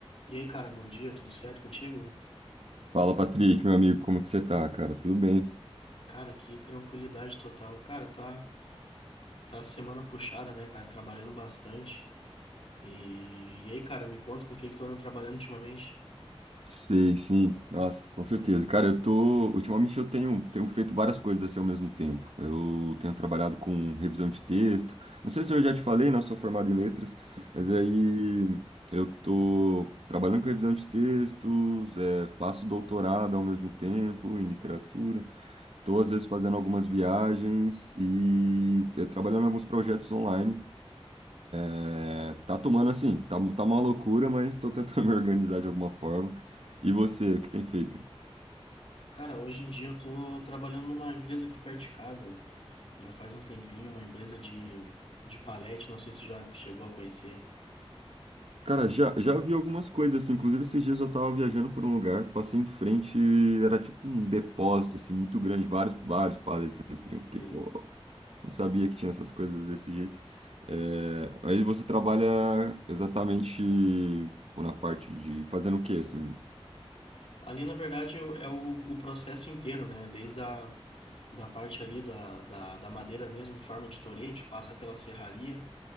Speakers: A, on the left; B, on the right.
A: E aí, cara, bom dia, tudo certo contigo?
B: Fala, Patrick, meu amigo, como que você tá, cara? Tudo bem?
A: Cara, que tranquilidade total. Cara, tá, tá semana puxada, né, cara? Trabalhando bastante. E, e aí, cara, me conta com o que que tu anda trabalhando ultimamente?
B: Sei, sim. Nossa, com certeza. Cara, eu tô. Ultimamente eu tenho, tenho feito várias coisas assim ao mesmo tempo. Eu tenho trabalhado com revisão de texto. Não sei se eu já te falei, não, sou formado em letras, mas
A: Uhum.
B: aí eu tô trabalhando com revisão de textos, é, faço doutorado ao mesmo tempo em literatura. Tô, às vezes, fazendo algumas viagens e é, trabalhando em alguns projetos online. É, tá tomando assim, tá, tá uma loucura, mas tô tentando <laughs> me organizar de alguma forma. E você, o que tem feito?
A: Cara, hoje em dia eu tô trabalhando numa empresa aqui perto de casa. Já faz um tempinho, uma empresa de, de palete, não sei se tu já chegou a conhecer.
B: Cara, já, já vi algumas coisas, assim, inclusive esses dias eu tava viajando por um lugar, passei em frente, era tipo um depósito, assim, muito grande, vários, vários pallets, assim, eu fiquei,
A: Sim.
B: pô, não sabia que tinha essas coisas desse jeito. É, aí você trabalha exatamente, tipo, na parte de fazendo o quê, assim?
A: Ali, na verdade, eu- é o, o processo inteiro, né? Desde a da parte ali da, da, da madeira mesmo, em forma de torete, passa pela serraria.